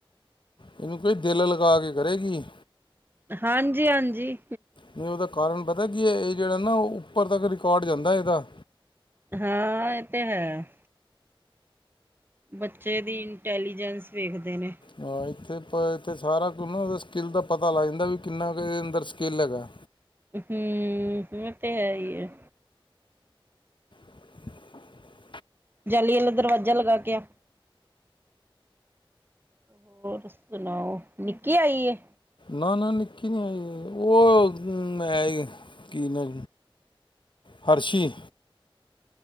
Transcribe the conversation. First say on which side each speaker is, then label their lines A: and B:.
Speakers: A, on the left; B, on the right.
A: ਇਹਨੂੰ ਕਈ ਦਿਲ ਲਗਾ ਕੇ ਕਰੇਗੀ।
B: ਹਾਂਜੀ-ਹਾਂਜੀ
A: ਤੇ ਉਦਾ ਕਾਰਨ ਪਤਾ ਕੀਏ ਏ ਜੇੜਾ ਨਾ ਉੱਪਰ ਤੱਕ ਰਿਕਾਰਡ ਜਾਂਦਾ ਏਦਾ।
B: ਹਾਂ ਏ ਤੇ ਹੈ। ਬੱਚੇ ਵੀ ਇੰਟੈਲੀਜੈਂਸ ਵੇਖਦੇ ਨੇ।
A: ਹਾਂ ਇੱਥੇ ਪ ਇੱਥੇ ਸਾਰਾ ਕੁਝ ਸਕਿਲ ਦਾ ਪਤਾ ਲੱਗ ਜਾਂਦਾ ਵੀ ਕਿੰਨਾ ਅੰਦਰ ਸਕਿਲ ਹੈਗਾ।
B: ਹੂ ਉਹ ਤੇ ਹੈ ਈ ਹੈ
A: <inaudible>
B: ਜਾਲੀ ਵਾਲਾ ਦਰਵਾਜ਼ਾ ਲਗਾ ਕੇ ਆ ਹੋਰ। ਸੁਣਾਓ ਨਿੱਕੀ ਆਈਏ।
A: ਨਾ-ਨਾ ਨਿੱਕੀ ਨੀ ਆਈ ਉਹ ਹੈ ਕੀ ਜੀ ਨਾ ਫਰਸ਼ੀ।